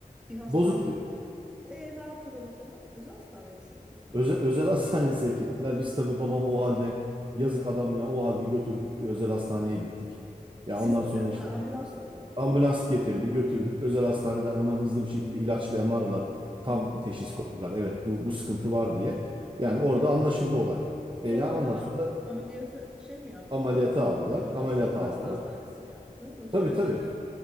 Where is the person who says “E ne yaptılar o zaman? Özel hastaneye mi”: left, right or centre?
Centre